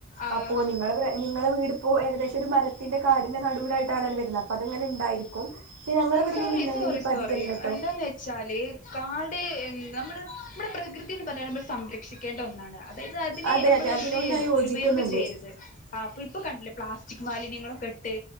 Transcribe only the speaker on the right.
അപ്പോ നിങ്ങള നിങ്ങളെ വീടിപ്പോ ഏകദേശം ഒരു മരത്തിന്റെ കാടിന്റെ നടുവിലായിട്ട്. വരുന്നത് അത്ങ്ങനെ ണ്ടായിരിക്കും പക്ഷേ ഞൾവിടന്ന്
മിന്നാമിന്നി
ഇപ്പ
അധികല്ലട്ടോ
അതെ
അതെ അതിനോട്
ഞാൻ യോജിക്കുന്നുണ്ട്